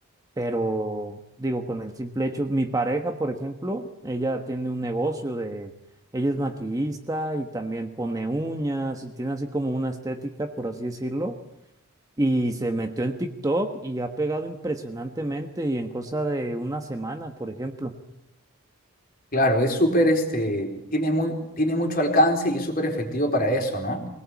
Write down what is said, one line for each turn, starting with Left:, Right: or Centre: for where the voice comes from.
Right: Pero digo, con el simple hecho, mi pareja, por ejemplo, ella tiene un negocio de, ella es maquillista y también pone uñas y tiene así como una estética, por así decirlo, y se metió en TikTok y ha pegado impresionantemente y en cosa de una semana, por ejemplo.
Left: Claro, es súper, este, tiene muy, tiene mucho alcance y es súper efectivo para eso, ¿no?